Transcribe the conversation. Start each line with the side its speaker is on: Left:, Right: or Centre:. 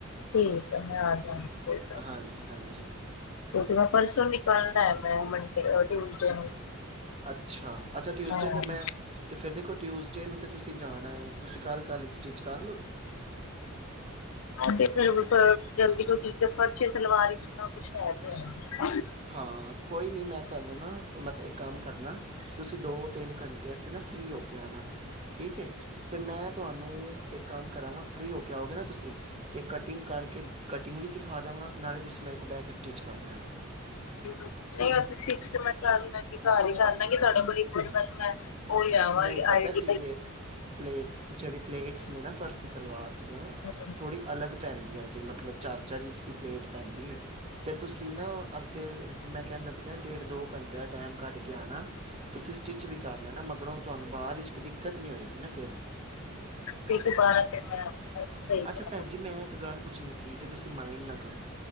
Left: ਠੀਕ ਹੈ ਮੈਂ ਆ ਜਾਵਾਂਗੀ ਕੋਈ ਗੱਲ
Right: ਹਾਂਜੀ-ਹਾਂਜੀ।
Left: ਨੀ ਕਿਉਂਕਿ ਮੈੈਂ, ਪਰਸੋਂ ਨਿਕਲਨੈ ਮੈਂ ਮੰਡੇ ਅ ਟਿਊਸਡੇ ਨੂੰ।
Right: ਅੱਛਾ, ਅੱਛਾ ਟਿਊਸਡੇ
Left: ਹਾਂ
Right: ਤੇ ਮੈਂ, ਤੇ ਫੇਰ ਦੇਖੋ ਟਿਊਸ ਡੇ ਨੂੰ ਤੇ ਤੁਸੀਂ ਜਾਨਾ ਏ, ਤੁਸੀਂ ਕੱਲ੍ਹ ਕੱਲ੍ਹ ਏਚ ਸਟਿੱਚ ਕਰ ਲੋਗੇ।
Left: ਉਹ ਤੇ ਫਿਰ ਜਲਦੀ ਸਇਚ ਫਰਜ਼ੀ ਸਲਵਾਰ ਵਿਚ ਕਛ ਹੇ ਤੇ ਐ।
Right: ਹਾਂ ਕੋਈ ਨੀ ਮੈਂ। ਤੁਆਨੂੰ ਨਾ ਮਤਲਬ ਏਕ ਕੰਮ ਕਰਨਾ, ਤੁਸੀਂ ਦੋ- ਤਿੰਨ ਘੰਟੇ ਵਾਸਤੇ ਨਾ ਫ੍ਰੀ ਹੋ ਕੇ ਆਣਾ। ਠੀਕ ਏ ਤੇ ਮੈਂ ਤੁਆਨੂੰ। ਏਕ ਕੰਮ ਕਰਾਂਗਾ, ਫਰੀ ਹੋ ਕੇ ਆਓਗੇ ਨਾ ਤੁਸੀਂ ਤੇ ਕਟਿੰਗ ਕਰਕੇ, ਕਟਿੰਗ ਵੀ ਸਿਖਾ ਦਾਂਗਾ। ਨਾਲੇ ਤੁਸੀਂ ਮੇਰੇ ਕੋਲ ਬਹਿ ਸਟਿੱਚ ਕਰ ਲੈਣਾ।
Left: ਨਹੀਂ ਸਇਚ ਤੇ ਮੈਂ ਕਰ ਲਾਂਗਰੀ, ਘਰ ਈ ਕਰ ਲਾਂਗੇ ਤੁਹਾਡੇ ਕੋਲ ਬਸ ਮੈਂ ਉਹ ਆਵਾਂਗੇ
Right: ਨਹੀਂ ਪਤਾ
Left: ਆਈ <inaudible>
Right: ਕੀ ਇਹ ਪਲੇਟ ਜਿਹੜੀ ਪਲੇਟਸ ਨੇ ਨਾ ਫਰਸੀ ਸਲਵਾਰ ਦੀਆਂ
Left: ਅਆ
Right: ਥੋੜ੍ਹੀ ਅਲੱਗ ਪੈਂਦੀਆ ਜੇ ਮਤਲਬ ਚਾਰ- ਚਾਰ ਇੰਚ ਦੀ ਪਲੇਟ ਪੈਂਦੀ ਐ ਅਤੇ ਤੁਸੀਂ ਨਾ ਅੱਧੇ ਮੈਂ ਕਹਿੰਦਾ ਪਿਆ, ਡੇਢ- ਦੋ ਘੰਟੇ ਦਾ ਟਾਈਮ ਕੱਢ ਕੇ ਆਣਾ। ਤੁਸੀਂ ਸਟਿੱਚ ਵੀ ਕਰ ਲੈਣਾ, ਮਗਰੋਂ ਤੁਹਾਨੂੰ ਬਾਅਦ ਵਿੱਚ ਦਿੱਕਤ ਨ ਹੋਏਗੀ ਨਾ ਫਿਰ ਮ
Left: ਤੇ ਦੁਬਾਰਾ ਫਿਰ ਮੈਂ ਅੱਛਾ ਸਹੀ ਕਰ
Right: ਅੱਛਾ ਭੈਣ ਜੀ ਮੈਂ ਇੱਕ ਗੱਲ ਪੁੱਛਣੀ ਸੀ ਜੇ ਤੁਸੀਂ ਮਾਇੰਡ ਨਾ ਕਰੋ।